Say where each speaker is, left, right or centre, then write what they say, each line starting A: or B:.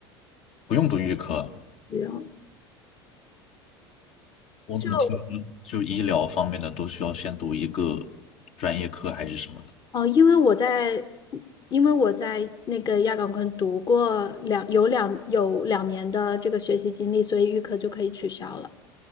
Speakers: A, on the left; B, on the left.
A: 不用读预科，
B: 不用。
A: 我怎么听嗯就医疗方面的都需要先读一个专业课还是什么的
B: 就。哦，因为我在，因为我在那个亚岗昆读过两有两有两年的这个学习经历，所以预科就可以取消了。